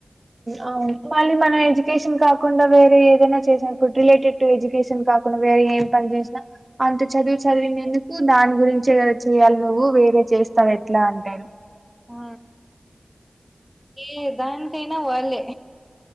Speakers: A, on the right (about 40°); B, in the centre.
A: అవును మళ్ళీ మనం ఎడ్యుకేషన్ కాకుండా వేరే ఏదైనా చేసినప్పుడు రిలేటెడ్ టు ఎడ్యుకేషన్ కాకుండా వేరే ఏం పని చేసినా అంత చదివి చదివినందుకు దాని గురించే కదా చెయాలి నువ్వు వేే వేరే చేస్తావ్ ఎట్లా అంటారు
B: ఆ ఏ దానికైనా వాళ్ళే